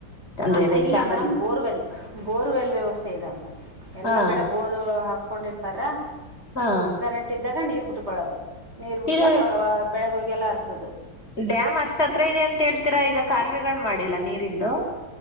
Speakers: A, on the left; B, on the right.
A: ಅಂದ್ರೆ
B: ಹ
A: ಅದೇ
B: ಇಲ್ಲ
A: ಚಾನಲ್
B: ಮೇಡಮ್ ಬೋರ್ವೆಲ್ ಬೋರ್ವೆಲ್ ವ್ಯವಸ್ಥೆ ಇದಾವ್ ಮೇಡಮ್ ಎಲ್ಲಾ
A: ಹಾ
B: ಕಡೆ ಬೋರ್ ಹಾಕ ಕೊಂಡಿರ್ತಾರ
A: ಹಾ
B: ಕರೆಂಟ್ ಇದ್ದಾಗ ನೀರ್ ಬಿಟ್ ಕೊಳದು ನೀರ್ ಬಿಟ್ಕೊಂಡು
A: ಈಗ
B: ವ ವ ಬೆಳಗ್ ಗುಳ್ಗೆಲ್ಲ ಅರ್ಸೋದು.
A: ಡ್ಯಾಮ್ ಅಷ್ಟ ಹತ್ರ ಇದೆ ಅಂತ ಹೇಳ್ತೀರಾ ಈಗ ಕಾಲುವೆಗಳು ಮಾಡಿಲ್ಲ ನೀರಿಂದು.